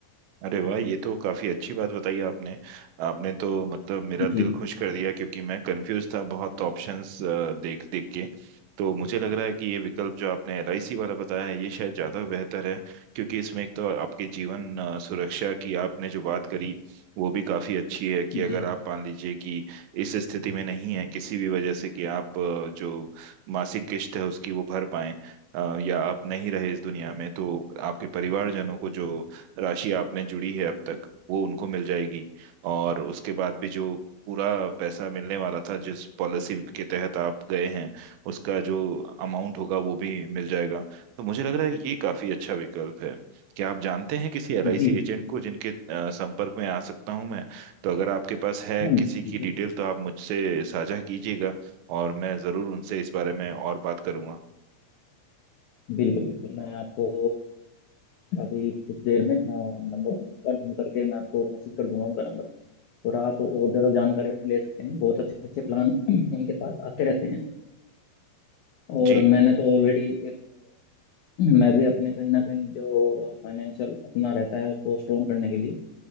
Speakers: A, on the right (about 80°); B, on the left (about 85°).
A: अरे वाह ये तो काफी अच्छी बात बताई आपने आपने तो मतलब मेरा दिल
B: जी
A: खुश कर दिया क्योंकि मैं कंफ्यूज था बहुत ऑप्शंस देख देख के तो मुझे लग रहा है कि ये विकल्प जो आपने एलआईसी वाला बताया है ये शायद ज्यादा बेहतर है क्योंकि इसमें एक तो आपके जीवन अ, सुरक्षा की आपने जो बात करी वो भी काफी अच्छी है कि अगर
B: जी
A: आप मान लीजिए कि इस स्थिति में नहीं है किसी भी वजह से कि आप अ, जो मासिक किस्त है उसकी वो भर पाएं अ, या आप नहीं रहे इस दुनिया में तो आपके परिवारजनों को जो राशि आप में जुड़ी है अब तक वो उनको मिल जाएगी और उसके बाद भी जो पूरा पैसा मिलने वाला था जिस पॉलिसी के तहत आप गए हैं उसका जो अमाउंट होगा वो भी मिल जाएगा तो मुझे लग रहा है ये काफी अच्छा विकल्प है क्या आप जानते हैं किसी एलआईसी
B: जी
A: एजेंट को जिनके अ, संपर्क में आ सकता हूं मैं तो अगर आपके पास है
B: हाँ
A: किसी की
B: जी,
A: डिटेल तो आप मुझसे साझा कीजिएगा और मैं जरूर उनसे इस बारे में और बात करूंगा
B: बिल्कुल बिल्कुल मैं आपको अभी कुछ देर में अ, नंबर का ढूंढ करके मैं आपको मैसेज कर दूंगा उनका नंबर और आप और ज़्यादा जानकारी ले सकते हैं बहुत अच्छे अच्छे प्लान <clears throat> उनके पास आते रहते हैं और
A: जी
B: मैंने तो ऑलरेडी मैं भी अपने कहीं ना कहीं जो फाइनेंशियल अपना रहता है उसको स्ट्रोंग करने के लिए